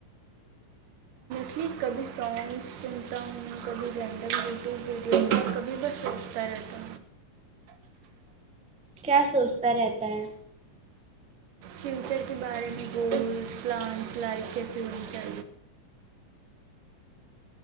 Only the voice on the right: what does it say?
ھ کبھی سانگ سنتا ہوں کبھی رینڈم یوٹیوب ویڈیوز میں کبھی بس سوچتا رہتا ہوں
فیوچر کے بارے میں گولس پلانس لائف کیسے ہو کیا